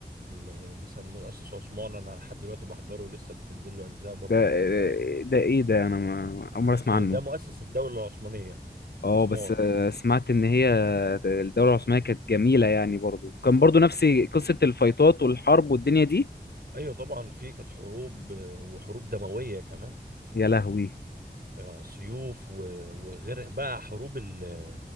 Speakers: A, on the right (about 60°); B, on the left (about 70°).
A: ال- مثلا مؤسس عثمان انا لحد دلوقتي بحضره لسه بتنزل له اجزاء برضو
B: ده
A: لحد الان
B: ده ايه ده انا ما اول مرة اسمع عنه
A: ده مؤسس الدولة العثمانية
B: اه
A: عثمان
B: بس آه، سمعت ان هي الدولة العثمانية كانت جميلة يعني برضو كان برضو نفس قصة الفايتات والحرب والدنيا دي
A: ايوه طبعا في كانت حروب آه، وحروب دمويه كمان
B: يا لهوي
A: آه، سيوف و- وغير بقى حروب ال-